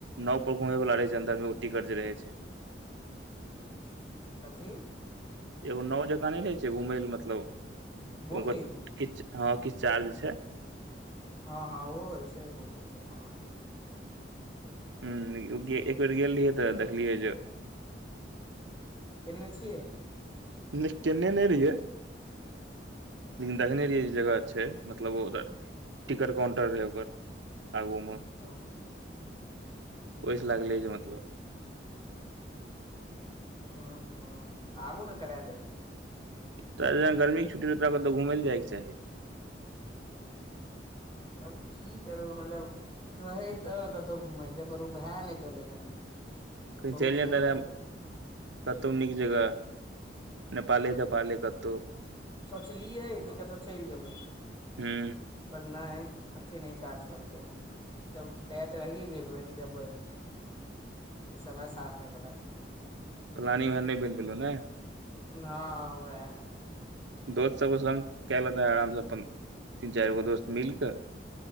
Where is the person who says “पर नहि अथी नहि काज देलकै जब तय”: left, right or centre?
Left